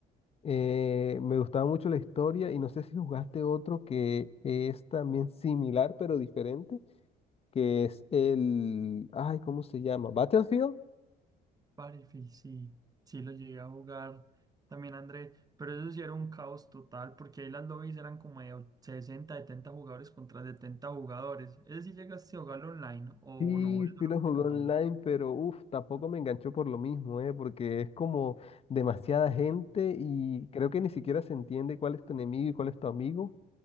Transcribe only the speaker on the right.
Battlefield, sí, sí lo llegué a jugar también Andrés, pero eso sí era un caos total, porque ahí las lobbies eran como de och- 60, 70 jugadores contra 70 jugadores. ¿Ese sí llegaste a jugar online o
no? ¿Es solamente
campaña?